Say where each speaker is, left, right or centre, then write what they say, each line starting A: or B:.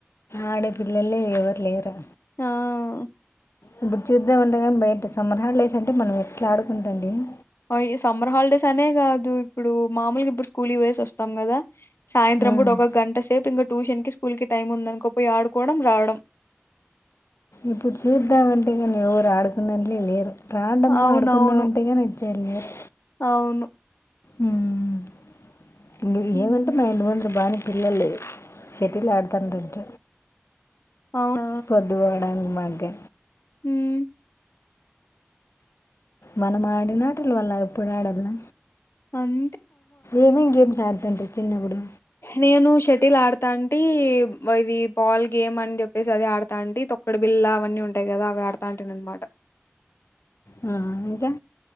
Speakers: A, on the left; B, on the left.
A: ఆడే పిల్లలే ఎవరు లేరా
B: ఆ
A: ఇప్పుడు చూద్దాం అన్న కానీ బయట సమ్మర్ హాలిడేస్ అంటే మనం ఎట్లా ఆడుకుంటాంటిమి
B: అయో సమ్మర్ హాలిడేస్ అనే కాదు ఇప్పుడు మామూలుగా స కూలి పొయ్యేసి వస్తాం కదా సాయంత్రం
A: ఆ,
B: కూడా ఒక గంట సేపు ఇంగ ట్యూషన్ కి స్కూల్ కి టైం ఉందనుకోపోయి ఆడుకోవడం రావడం
A: ఇప్పుడు చూద్దామంటే కానీ ఎవరు ఆడుకునేళ్లే లేరు రాండమ్మ
B: అవునవును
A: ఆడుకుందాం అంటేగాని వచ్చావారు లేరు
B: అవును
A: మ్మ్ మ్మ్
B: హ్మ్
A: ఏమంటె మా ఇంటి ముందర బానే పిల్లలు చెటిల్ ఆడుత్ తండ్రంట
B: అవును
A: పొద్దు పోవడానికి భాగ్య
B: మ్మ్
A: మనం ఆడినాటలు వల్ల ఎప్పుడు ఆడల్లా
B: అన్
A: ఏమేమి గేమ్స్ ఆడుతూంటివి చిన్నప్పుడు
B: నేను షటిల్ ఆడితాంటి ఇది బాల్ గేమ్ అని చెప్పేసి అది ఆడతాంటి తొక్కడు బిల్లా అవన్నీ ఉంటాయి కదా అవి ఆడతాంటి అన్నమాట
A: మ్మ్ ఇంకా